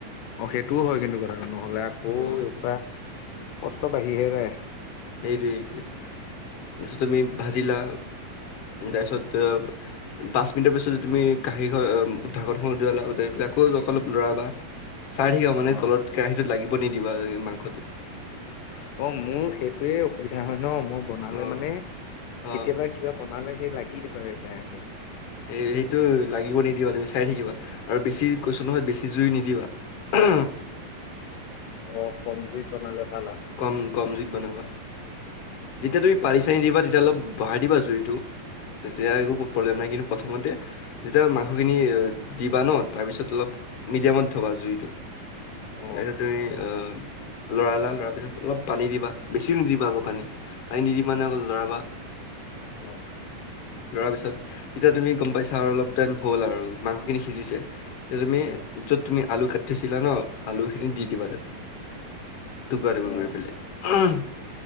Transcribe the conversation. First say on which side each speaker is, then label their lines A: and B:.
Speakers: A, on the left (about 75°); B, on the left (about 60°).
A: অ, সেইটোও
B: উম,
A: হয় কিন্তু কথাটো নহলে আকৌ
B: অ',
A: ইয়াৰ পৰা কষ্ট ত বাঢ়ি হে যায়।
B: সেইটোৱে, সেইটোৱে তাৰপিছত তুমি ভাজিলা তাৰপিছত পাঁচ মিনিটৰ পিছত যদি তুমি কাঁহী, ঢাকনখন উদুঙালা, উদুঙাই পেলাই আকৌ অলপ লৰাবা। চাই থাকিবা মানে
A: অ
B: তলত কেৰাহিটোত লাগিব নিদিবা মাংসটো।
A: অ, মোৰ সেইটোয়ে অসুবিধা হয় ন মই বনালে
B: অ',
A: মানে
B: অ',
A: কেতিয়াবা কিবা বনালে সেই লাগি ধৰে কেৰাহীত।
B: এই সেইটো লাগিব নিদিবা। তুমি চাই থাকিবা আৰু বেছি কৈছো নহয় বেছি জুই নিদিবা। <unintelligible>
A: অ, কমজুইত বনালে ভাল <inaudible>
B: কম, কম জুইত বনাবা। যেতিয়া
A: অ
B: তুমি পানী, চানী দিবা তেতিয়া অলপ বঢ়াই দিবা জুইটো। তেতিয়া একো প্ৰব্লেম নাই কিন্তু প্ৰথমতে যেতিয়া মাংসখিনি দিবা ন তাৰপিছত অলপ মিডিয়ামত থবা জুইটো।
A: অ
B: তাৰপিছত তুমি লৰালা, লৰাৰ পিছত অলপ পানী দিবা। বেছি নিদিবা আকৌ পানী। পাই নিদিবা অকল লৰাবা।
A: অ,।
B: লৰাৰ পিছত যেতিয়া তুমি গম পাইছা আৰু অলপ টাইম হ'ল আৰু মাংসখিনি সিজিছে। তেতিয়া তুমি
A: উম
B: য'ত তুমি আলু কাটি থৈছিলা ন আলুখিনি দি দিবা তাত। টুকুৰা, টুকুৰি
A: অ
B: কৰি পেলাই।